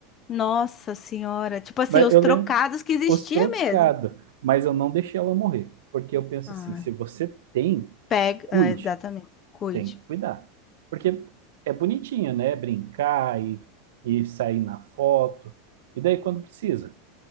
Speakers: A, on the left; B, on the right.
A: Nossa senhora. Tipo assim,
B: mas
A: os
B: eu
A: trocados
B: lembro
A: que existia
B: os trocados,
A: mesmo.
B: mas eu não deixei ela morrer. Porque eu penso
A: Ah,
B: assim, se você tem,
A: pega.
B: cuide.
A: ah, exatamente. Cuide.
B: Tem que cuidar. Porque é bonitinho, né? Brincar e, e sair na foto. E daí quando precisa.